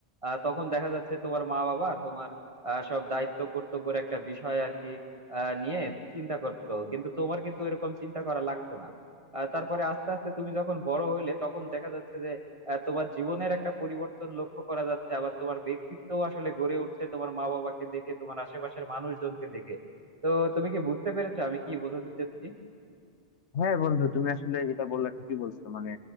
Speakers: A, on the right (about 30°); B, on the left (about 70°).
A: আহ, তখন দেখা যাচ্ছে তোমার মা বাবা তোমার আহ, সব দায়িত্ব কর্তব্যের একটা বিষয় আর কি আহ, নিয়ে চিন্তা করতো কিন্তু তোমার কিন্তু এরকম চিন্তা করা লাগতো না আহ, তারপরে আস্তে আস্তে তুমি যখন বড় হইলে তখন দেখা যাচ্ছে যে আহ, তোমার জীবনের একটা পরিবর্তন লক্ষ্য করা যাচ্ছে আবার তোমার ব্যক্তিত্বও আসলে গড়ে উঠছে তোমার মা বাবাকে দেখে তোমার আশেপাশের মানুষজনকে দেখে তো তুমি কি বুঝতে পেরেছো আমি কি বোঝাতে চাচ্ছি
B: হ্যাঁ বন্ধু তুমি আসলে যেটা বললা ঠিকই বলছো মানে